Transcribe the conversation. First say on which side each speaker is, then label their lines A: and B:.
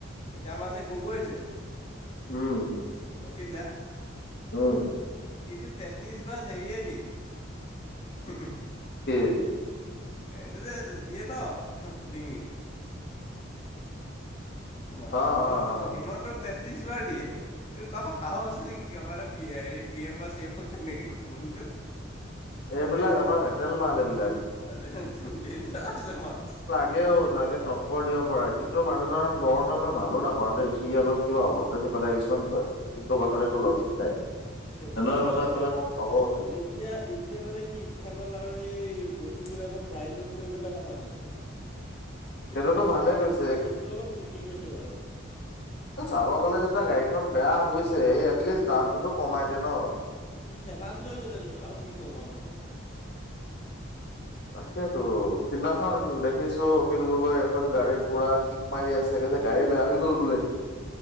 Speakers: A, on the left; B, on the left.
A: এতিয়া আমাৰ যে গগৈ যে
B: উম।
A: অখিল দা।
B: উম।
A: সিটো তেত্ৰিশ বাৰ হেইয়ে দিয়ে
B: কি
A: এইটো যে দিয়ে ন ডিঙিত তোমাৰ
B: অ অ
A: হিমন্ত
B: অ
A: হিমন্তক তেত্ৰিশ বাৰ দিয়ে এই কাৰবাৰ সাহস আছে নেকি কাৰোবাৰ এটা হেৰি পি এম বা চি এমক তেনেকে ক'বলৈ।
B: এইবিলাক
A: দিনটো
B: আমাৰ মেটেল মাল এইবিলাক
A: দিনটো আছে মান
B: তাকেও যাকে তক্কৰ দিব পৰা কিন্তু মানুহজন বৰ ত মই ভালো নাপাওঁ দেই চি অলপ কিবা অভদ্ৰামি কথা কিছুমান কয়। কিন্তু কথাত একো লজিক নাই
A: সেইটো
B: এনেক
A: হয়
B: কথা
A: বাৰু দেই
B: কলে মোৰ খঙো উঠে।
A: এতিয়া এতিয়া মানে সি ইথানল আৰু এই বস্তুবিলাকৰ প্ৰাইজত লৈ পেলাই কথা কৈছে।
B: <inaudible>
A: সেইটো
B: ভালে কৈছে
A: সেইটো অলপ ঠিকেই কৈছে বাৰু।
B: এ চাব গ'লে যেতিয়া গাড়ীখন বেয়া হৈছে এটলিষ্ট দামটোতো কমাই দে ন।
A: সি ঠেলাত লৈ গৈছে তোক আও কি কম আও তোমাক।
B: তাকেইতো সিনাখন দেখিছো অখিল গগৈ এখন গাড়ীত পুৰা কিক মাৰি আছে কৈছে গাড়ী বেয়া হৈ গল বোলে